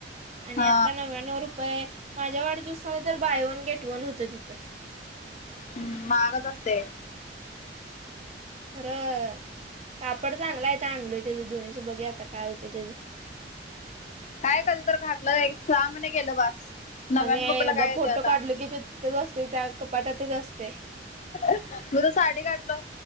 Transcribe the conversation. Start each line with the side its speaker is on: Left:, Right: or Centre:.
Left: हा
Right: आणि आता नव्याण्णव रुपये, माझ्या वाढदिवसाला तर बायवन गेटवन होतं तिथं.
Left: म महागच असते.
Right: खरं, कापड चांगला आहेेत आणलोय त्यां दोन्हीचं बघूया आता काय होते त्यां
Left: काय कधी तर घातलं नाय की, एक सहा महिने गेलं बास. नव्याण्णव
Right: आम्ही एकदा
Left: रुपयाला काय येते
Right: फोटो
Left: आता
Right: काढलो की ते तिथच असते, त्या कपाटातच असते.
Left: मी तर साडी घातलो